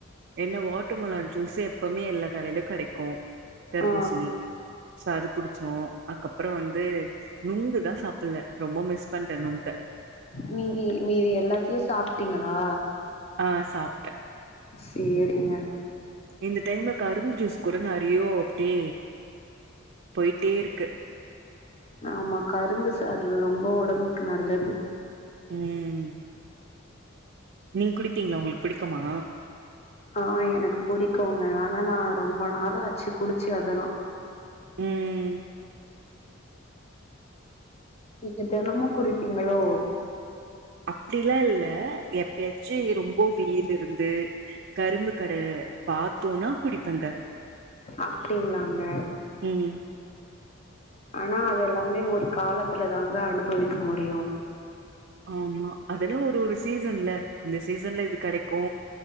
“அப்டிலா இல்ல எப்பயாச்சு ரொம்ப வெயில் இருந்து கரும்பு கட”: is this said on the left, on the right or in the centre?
Right